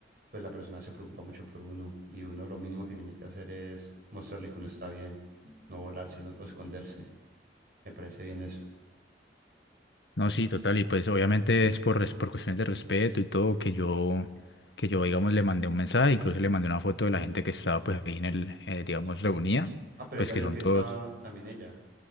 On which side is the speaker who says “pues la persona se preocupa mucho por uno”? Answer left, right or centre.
Right